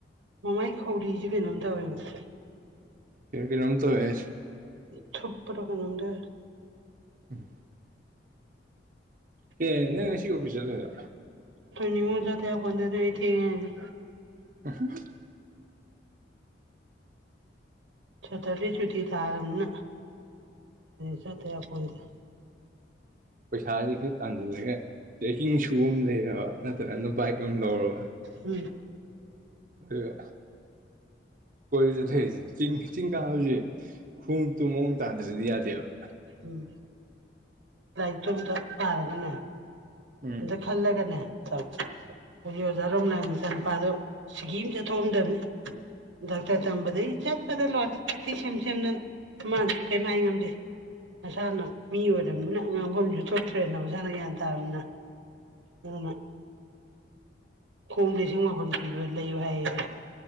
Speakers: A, on the right; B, on the right.
A: ꯃꯃꯥꯏ ꯈꯧꯔꯤꯁꯦ ꯀꯩꯅꯣꯝ ꯇꯧꯋꯦꯕ
B: ꯀꯦ ꯀ ꯔꯝꯇ ꯍꯌꯦ
A: ꯊꯨꯞꯄꯔꯀꯅꯗ
B: ꯎꯝ ꯀ ꯅ ꯉ ꯁꯤ ꯑꯣꯐꯤꯁ ꯂꯩꯔ
A: ꯅꯤꯉꯖ ꯊꯦꯗ ꯊ
B: <inaudible>
A: ꯆꯠꯇꯄꯤꯁꯨꯗꯤ ꯊꯔꯝꯅ ꯆ ꯇꯄꯣꯟꯗ
B: ꯄꯩꯁꯥꯥꯁ ꯈꯔ ꯇꯥꯟꯁꯤꯜꯂꯒ ꯇ꯭ꯔꯦꯛꯀꯤꯡ ꯁꯨꯒꯗ ꯋꯥ ꯅꯠꯇ꯭ꯔ ꯕꯤꯏꯛꯇꯣ ꯑꯃ ꯂꯧꯔꯕ
A: ꯎꯝ
B: ꯑꯗꯨꯒ ꯀꯣꯏ ꯆꯠꯊꯁꯦꯤꯡ ꯆꯤꯡ ꯀꯥ ꯍꯧꯁꯦ ꯈꯣꯡꯎꯇꯨ ꯃꯑꯣꯡ ꯇꯥꯗ꯭ꯔꯗꯤ ꯌꯥꯗꯦꯕ
A: ꯎꯝ ꯂꯥꯏꯔꯤꯛꯇ ꯑꯇ ꯄꯥꯔꯒꯅꯦ
B: ꯎꯝ
A: ꯑꯗ ꯈꯜꯂꯒꯅꯦ ꯍꯧꯖꯤꯛ ꯑꯣꯖꯥꯔꯣꯝꯅꯥꯏ ꯃꯆꯥ ꯅꯨꯨꯄꯥꯗꯨꯣ ꯁꯤꯒꯤ ꯑꯃ ꯆꯠꯊꯣꯛꯑꯝꯗꯕꯅꯤ ꯗꯇꯔ ꯇ ꯏ ꯆꯆꯥꯠ ꯀꯗ ꯂꯣꯔꯦ ꯑꯤꯁꯁ ꯅ ꯃꯥꯥꯟꯁꯨ ꯀꯩꯃ ꯍꯥꯏ ꯉꯝꯗꯦ ꯃꯁꯥꯅ ꯃꯤ ꯑꯣꯏꯝꯅꯤꯅ ꯑꯉꯥꯡꯐꯝꯁꯨ ꯊꯣꯛꯣꯛꯇ꯭ꯔꯦꯅ ꯃꯁꯥꯅ ꯒ꯭ꯌꯥꯟ ꯇꯥꯔꯕꯅꯤꯅ ꯑꯅ ꯀꯣꯝ ꯂꯤꯁꯤꯡ ꯃꯥꯄꯟ ꯄꯤꯕ ꯂꯩꯌꯨ ꯍꯥꯏꯌꯦ